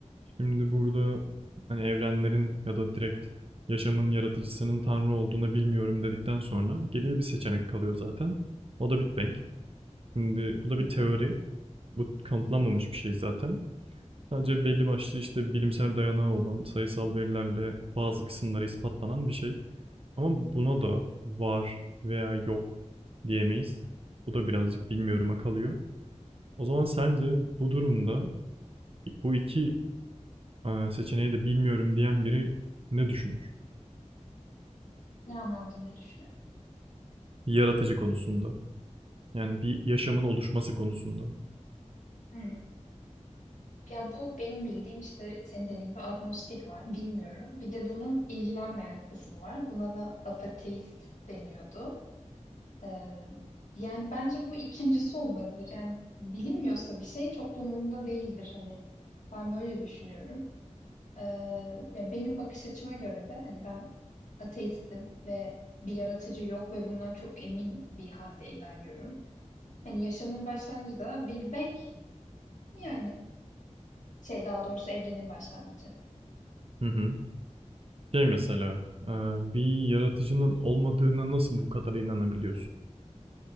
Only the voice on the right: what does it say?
Şimdi burada hani evrenlerin ya da direkt yaşamın yaratıcısının Tanrı olduğuna bilmiyorum dedikten sonra geriye bir seçenek kalıyor zaten. O da Big Bang. Şimdi bu da
bir teori. Bu kanıtlanmamış bir şey zaten. Sadece belli başlı işte bilimsel dayanağı olan sayısal verilerle bazı kısımları ispatlanan bir şey. Ama buna da var veya yok diyemeyiz. Bu da birazcık bilmiyorum'a kalıyor. O zaman sence bu durumda bu iki e, seçeneği de bilmiyorum diyen biri ne düşünür?
Yaratıcı konusunda. Yani bir yaşamın oluşması konusunda.
Hı hı. Şey mesela, e, bir yaratıcının olmadığına nasıl bu kadar inanabiliyorsun?